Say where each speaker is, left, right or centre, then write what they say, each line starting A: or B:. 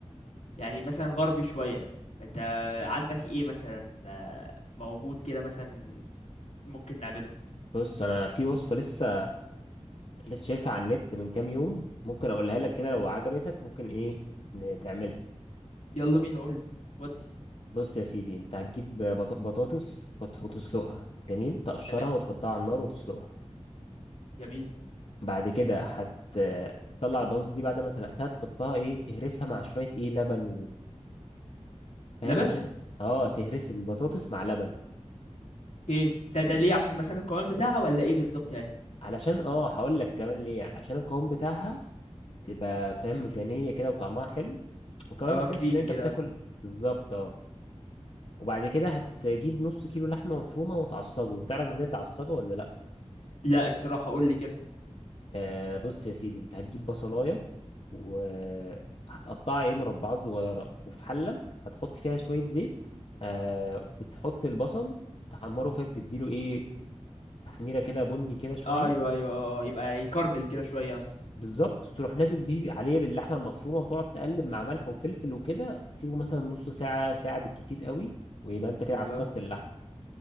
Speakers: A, on the left; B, on the left.
A: يعني مثلا غربي شويه فانت عندك ايه مثلا آه، موجود كده مثلا ممكن نعمله
B: بص انا في وصفه لسه لسه شايفها على النت من كام يوم ممكن اقولها لك كده لو عجبتك ممكن ايه ن- تعملها
A: يلا بينا قول لي ودي
B: بص يا سيدي انت هتجيب بط- بطاطس وت- وتسلقها جميل تقشرها
A: تمام
B: وتحطها على النار وتسلقها
A: جميل
B: بعد كده هت- تطلع البطاطس دي بعد ما سلقتها تحطها ايه تهرسها مع شويه ايه لبن فاهم
A: لبن
B: عشان اه تهرس البطاطس مع لبن
A: ايه ده ده ليه عشان مثلا القوام بتاعها ولا ايه بالظبط يعني
B: علشان اه هقول لك كمان ليه عشان القوام بتاعها تبقى فاهم غنية كده وطعمها حلو وكمان
A: اه
B: ما تحسش
A: كريمي
B: ان انت
A: كده
B: بتاكل بالظبط اه وبعد كده هتجيب نص كيلو لحمة مفرومة وتعصجه تعرف ازاي تعصجه ولا لا
A: لا الصراحه قول لي كده
B: آه بص يا سيدي انت هتجيب بصلاية وهتقطعها ايه مربعات صغيرة وفي حلة هتحط فيها شوية زيت آه وتحط البصل تحمره فاهم تديله ايه تحميرة كده بني كده شوية
A: ايوه ايوه اه آه، يبقى يكرمل كده شويه مثلا
B: بالظبط تروح نازل بيه عليه باللحمه المفرومه وتقعد تقلب مع ملح وفلفل وكده تسيبه مثلا نص ساعه ساعه بالكتير قوي ويبقى انت كده
A: حلو
B: عصقت
A: أوي،
B: اللحم